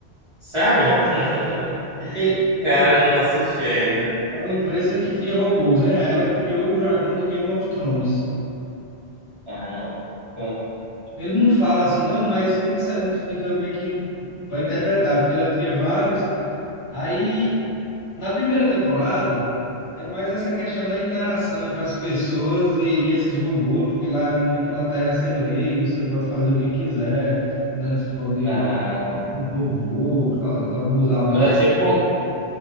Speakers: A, on the right; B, on the left.
A: sério? <laughs>
B: Porque
A: Cara,
B: tem
A: eu não assisti ainda.
B: uma empresa que cria robôs, né? Aí ela criou o dragão do Game of Thrones.
A: Ah, ah.
B: Ele não fala assim, não, mas fica, se- um, fica meio que para interpretar, porque ela cria vários. Aí Na primeira temporada, é mais essa questão da interação entre as pessoas e, e esses robôs, porque lá é meio que uma terra sem lei, você pode fazer o que quiser, né? Você pode
A: ah.
B: os robôs fa- abusar dele.
A: Mas é tipo,